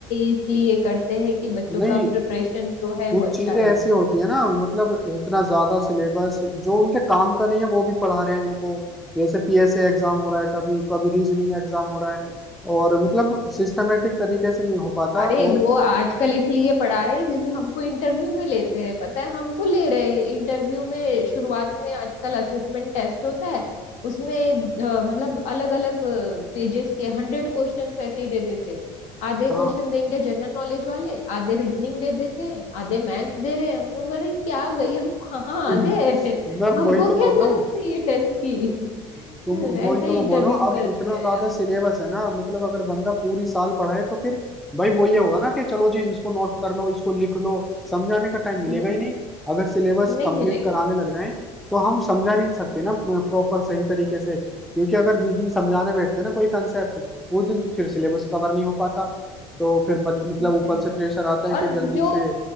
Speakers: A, on the left (about 60°); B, in the centre.
A: इसलिए करते हैं कि बच्चों
B: नहीं
A: का प्रिपरेशन जो है
B: कुछ
A: वो अच्छा
B: चीजें
A: रहे
B: ऐसी होती है ना मतलब इतना ज्यादा सिलेबस जो उनके काम का नहीं है वो भी पढ़ा रहे हैं उनको जैसे पीएसए एग्जाम हो रहा है कभी कभी रीजनिंग एग्जाम हो रहा है और मतलब सिस्टमेटिक तरीके से नहीं हो पाता
A: अरे
B: और
A: वो आजकल इसलिए पढ़ा रहे हैं क्योंकि हमको इंटरव्यू में लेते हैं पता है हमको ले रहे हैं इंटरव्यू में शुरुआत में आजकल असेसमेंट टेस्ट होता है उसमें अ, मतलब अलग अलग पेजेस के हंड्रेड क्वेश्चन ऐसे ही दे देते हैं आधे
B: हाँ
A: क्वेश्चन देंगे जनरल नॉलेज वाले आधे रीजनिंग दे देते हैं आधे मैथ्स दे रहे हैं हम बोले, क्या भाई हम कहाँ
B: मैं
A: आ गए <laughs> हमको
B: वही तो बोल
A: क्या
B: रहा
A: जरूरत
B: हूँ
A: है ये टेस्ट की <laughs>
B: तुम वही
A: ऐसे
B: तो मैं
A: इंटरव्यू
B: बोल रहा हूँ अब
A: कर दिया
B: इतना ज्यादा
A: है अब
B: सिलेबस है ना मतलब अगर बंदा पूरी साल पढ़ाए तो फिर भाई वो ये होगा ना कि चलो जी इसको नोट कर लो इसको लिख लो समझाने का टाइम
A: हम्म
B: मिलेगा ही नहीं अगर सिलेबस
A: नहीं
B: कंप्लीट
A: मिलेगा
B: कराने लग जाए तो हम समझा नहीं सकते ना प्रॉपर सही तरीके से क्योंकि अगर जिस दिन समझाने बैठते हैं ना कोई कंसेप्ट वो दिन फिर सिलेबस कवर नहीं हो पाता तो फिर बत, मतलब
A: हम्म
B: ऊपर से प्रेशर आता है कि
A: और
B: जल्दी
A: जो
B: से